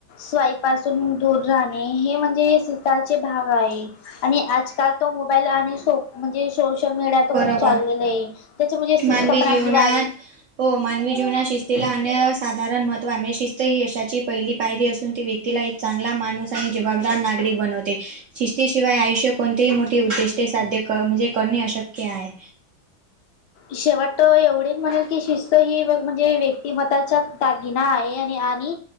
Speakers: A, on the left (about 70°); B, on the right (about 70°).
A: स्वईपासून दूर राहणे हे म्हणजे शीताचे भाग आहे आणि आजकाल तो मोबाईल आणि शो म्हणजे सोशल मीडिया तर
B: बरोबर
A: खूप चाललेलं आहे त्याच म्हणजे
B: मानवी
A: शिस्त पण
B: जीवनात
A: आपली वाढ
B: हो मानवी जीवनात शिस्तीला अन्य साधारण महत्व आहे म्हणजे शिस्त ही यशाची पहिली पायरी असून ती व्यक्तीला एक चांगला माणूस आणि जबाबदार नागरीिक बनवते शिस्तीशिवाय आयुष्य कोणतेही मोठी उद्दिष्टे साध्य कर म्हणजे करणे अशक्य आहे
A: शेवट एवढेच म्हणेल की शिस्त ही म्हणजे व्यक्तिमताच्या दागिना आहे आणि आणि